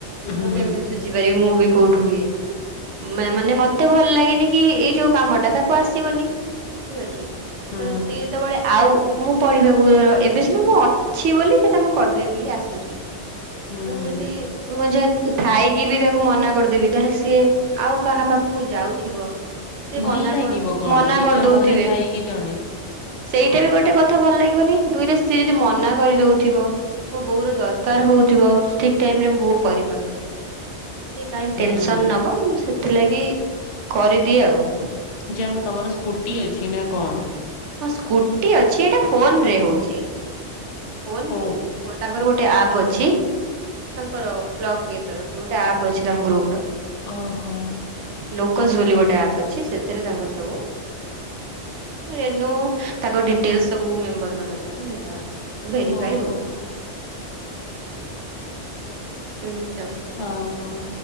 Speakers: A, on the left; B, on the right.
A: ହୁଁ
B: ମୁଁ କେମିତି ସୁୁଝି ପାରିବି ମୁଁ ବି କୋଉଠୁ ଇଏ। ମାନେ ମତେ ଭଲ ଲାଗିନି କି ଏଇ ଯୋଉ କାମ ଟା ତାକୁ ଆସିବନି ଠିକ୍ ଅଛି।
A: ହୁଁ
B: ତ ସିଏ ଯେତେବେଳେ ଆଉ ମୁଁ ପଢିବାକୁ ଧର ଏବେ ସିନା ମୁଁ ଅଛି ବୋଲି ସେଇଟା ମୁଁ କରିଦେବି ବୋଲି ଆସୁଛି
A: ହୁଁ।
B: ମୁଁ ଯଦି କ ଥାଇକି ବି ତାକୁ ମନା କରିଦେବି ତାହେଲେ ସିଏ ଆଉ କାହା ପାଖକୁ ଯାଉଥିବ। ସେ
A: ଭଲ
B: ମନା
A: ଲାଗିବ
B: କରି
A: କଣ
B: ମନା
A: ନିଜ
B: କରିଦଉଥିବେ।
A: ଘରେ ଥାଇକି ଜଣେ
B: ସେଇଟା ବି ଗୋଟେ କଥା ଭଲ ଲାଗିବନି ଦୁଇରେ ସେଯଦି ମନା କରିଦଉଥିବ ମୋ ବୋଉ ର ଦରକାର ହଉଥିବ ଠିକ୍ ଟାଇମ ରେ ମୋ ବୋଉ କରିପାରୁନଥିବ। ସେ କହିଁ
A: ହୁଁ
B: ଟେନସନ ନବ ମୁଁ ସେଥିଲାଗି କରିଦିଏ ଆଉ।
A: ଯାହ ତମର ସ୍କୁଟି ଅଛି ନା କଣ?
B: ହଁ ସ୍କୁଟି ଅଛି ଏଇଟା ଫୋନରେ ହଉଛି ଫୋନରେ
A: ହଉ
B: ବ ତାଙ୍କର ଗୋଟେ ଆପ୍ ଅଛି ତାଙ୍କର ବ୍ଲଗ ଇଏ ତରଫରୁ ଗୋଟେ ଆପ୍ ଅଛି ତାଙ୍କ ଗ୍ରୁପ ର
A: ଓହୋ।
B: ଲୋକସ ବୋଲି ଗୋଟେ ଆପ ଅଛି ସେଥିରେ ତାଙ୍କର ସବୁ ରେନୁ ତାଙ୍କ ଡିଟେଲ ସବୁ ମେମ୍ବର ମାନଙ୍କର ସେଇଟା ଭେରିଫାଇ
A: ଓ ହୋ।
B: ହୁଏ। ଏମତି ଆଉ
A: ଆଉ କଣ?